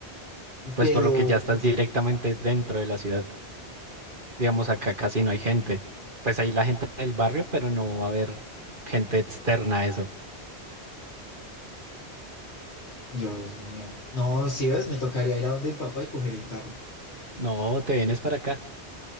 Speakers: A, on the right; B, on the left.
A: pues
B: Pero,
A: por lo que ya estás
B: uf,
A: directamente dentro de la ciudad. Digamos, acá casi no hay gente. Pues ahí la gente del barrio, pero no va a haber gente externa a eso.
B: Dios mío. No, si ves, me tocaría ir a donde mi papá y coger el carro.
A: No, te vienes para acá,